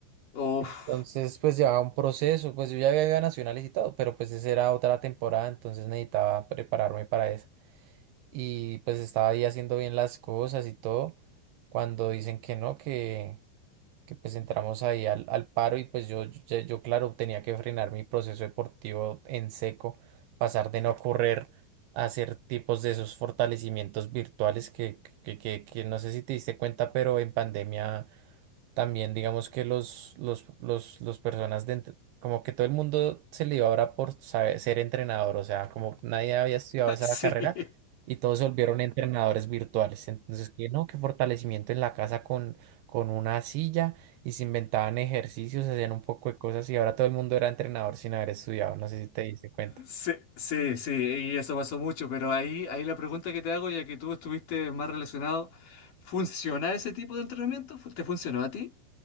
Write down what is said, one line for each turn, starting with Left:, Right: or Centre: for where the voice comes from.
Left: Uf,
Right: Entonces, pues llevaba un proceso, pues yo ya había ido a nacionales y todo, pero pues esa era otra temporada, entonces necesitaba prepararme para eso. Y pues estaba ahí haciendo bien las cosas y todo, cuando dicen que no, que que pues entramos ahí al, al paro y pues yo, yo, yo, claro, tenía que frenar mi proceso deportivo en seco, pasar de no correr a hacer tipos de esos fortalecimientos virtuales que, que, que, que no sé si te diste cuenta, pero en pandemia también digamos que los, los, los, los personas de, entre- como que todo el mundo se le iba ahora por saber- ser entrenador, o sea, como nadie había estudiado esa
Left: <laughs> sí.
Right: carrera y todos se volvieron entrenadores virtuales. Entonces, que no, que fortalecimiento en la casa con, con una silla y se inventaban ejercicios, hacían un poco de cosas y ahora todo el mundo era entrenador sin haber estudiado, no sé si te diste cuenta.
Left: Sí, sí, sí, y eso pasó mucho, pero ahí, ahí la pregunta que te hago, ya que tú estuviste más relacionado, ¿funciona ese tipo de entrenamiento? ¿Fu- ¿Te funcionó a ti?